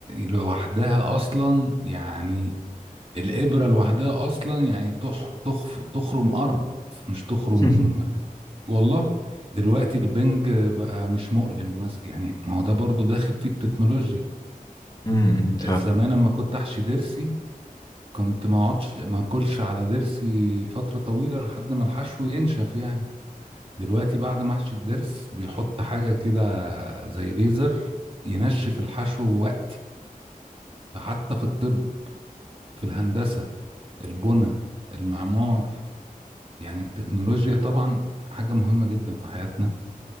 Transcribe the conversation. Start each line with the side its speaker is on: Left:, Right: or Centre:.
Right: لوحدها اصلا يعني الابرة لوحدها اصلا يعني تح تخف تخرم ارض مش تخرم
Left: <laughs> م-
Right: والله دلوقتي البنج بقى مش مؤلم مثلا يعني ما هو ده برضو داخل فيه التكنولوجيا
Left: م- م-
Right: زمان لما كنت احشي ضرسي كنت ما اقعدش ما اكلش على ضرسي فترة طويلة لحد ما الحشو ينشف يعني دلوقتي بعد محشي الضرس بيحط حاجة كده زي ليزر ينشف الحشو وقتي فحتى في الطب في الهندسة البنى المعمار يعني التكنولوجيا طبعا حاجة مهمة جدا في حياتنا